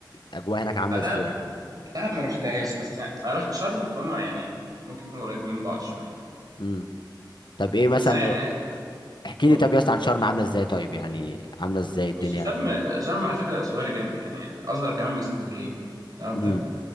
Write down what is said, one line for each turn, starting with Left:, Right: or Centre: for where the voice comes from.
Left: الاجواء هناك عامله
Right: آه، دهب
Left: ازاي
Right: دهب ما رحتهاش بس انا رحت شرم فهم يعني ممكن يكونوا قريبين من بعض شوية
Left: امم طب ايه مثلا
Right: بس انا يعني
Left: احكي
Right: اقول
Left: لي طب يا اسطى عن شرم عامله ازاي طيب يعني عامله ازاي الدنيا
Right: بس شرم
Left: هناك
Right: شرم على فكرة صغيرة جامد يعني اصغر كمان من اسكندرية تعرف
Left: امم
Right: ده